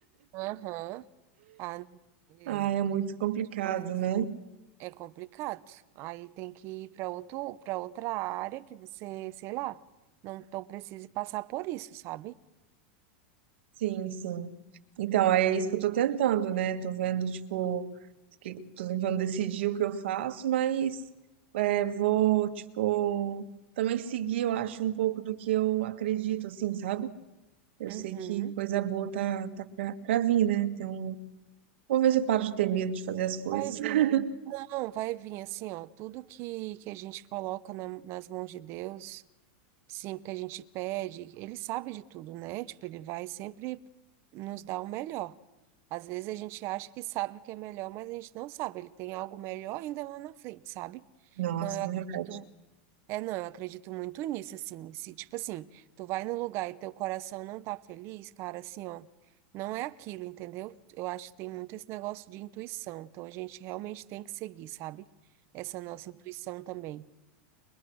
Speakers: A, on the right; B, on the right.
A: Aham. Ah, não, é,
B: Ah,
A: é
B: é muito complicado,
A: demais.
B: né?
A: É complicado. Aí tem que ir para outro, para outra área que você, sei lá, não, não precise passar por isso, sabe?
B: Sim, sim. Então, aí é isso que eu tô tentando, né? Tô vendo, tipo, que, tô tentando decidir o que eu faço, mas é, vou, tipo, também seguir, eu acho, um pouco do que eu acredito, assim, sabe? Eu
A: Uhum.
B: sei que coisa boa tá, tá pra, pra vir, né? Então, vou ver se eu paro de ter medo de fazer as coisas.
A: Vai vir.
B: <laughs>
A: Não, vai vir assim, ó, tudo que, que a gente coloca na- nas mãos de Deus. Sim, porque a gente pede, ele sabe de tudo, né? Tipo, ele vai sempre nos dar o melhor. Às vezes a gente acha que sabe o que é melhor, mas a gente não sabe. Ele tem algo melhor ainda lá na frente, sabe?
B: Nossa,
A: Então eu acredito.
B: é verdade.
A: É, não, eu acredito muito nisso, assim. Se, tipo assim, tu vai no lugar e teu coração não tá feliz, cara, assim, ó, não é aquilo, entendeu? Eu acho que tem muito esse negócio de intuição. Então a gente realmente tem que seguir, sabe? Essa nossa intuição também.